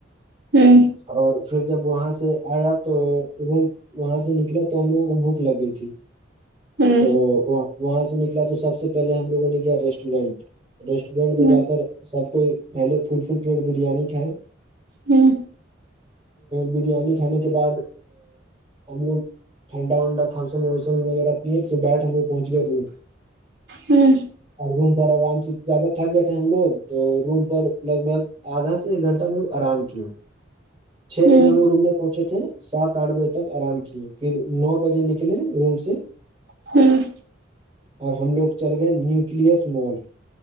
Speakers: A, on the right; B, on the right.
A: ہوں
B: اور پھر جب وہاں سے آیا تو انہیں وہاں سے نکلا تو ہم لوگوں کو بھوک لگ گئی تھی
A: ہوں
B: تو وہاں سے نکلا تو سب سے پہلے ہم لوگوں نے کیا ریسٹورینٹ ریسٹورینٹ میں
A: ہوں
B: جا کر سب کوئی پہلے فل فل پلیٹ بریانی کھائے
A: ہوں
B: بریانی کھانے کے بعد ہم لوگ ٹھڈا ونڈا تھا سموسا وغیرہ پیے پھر بیٹھ ہم لوگ پہنچ گئے
A: ہوں
B: اور روم پر آرام سے زیادہ تھک گئے تھے ہم لوگ تو روم پر لگ بھگ آدا سے ایک گھنٹہ میںو آرام کیے چھ
A: ہوں
B: بجے ہم لوگ روم میں پہنچے تھے سات آٹھ بجے تک آرام کیے پھر نو بجے نکلے روم سے
A: ہوں
B: اور ہم لوگ چل گئے نیوکلس مال